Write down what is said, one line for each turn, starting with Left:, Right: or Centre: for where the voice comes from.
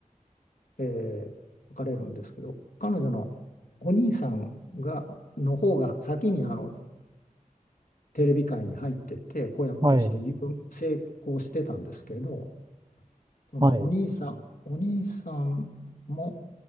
Left: えー別れるんですけど、彼女のお兄さんがの方が先にあのテレビ界に入ってて、子役として有成功してたんですけど、
Right: はい。
Left: そのお兄さん、
Right: はい。
Left: お兄さんも、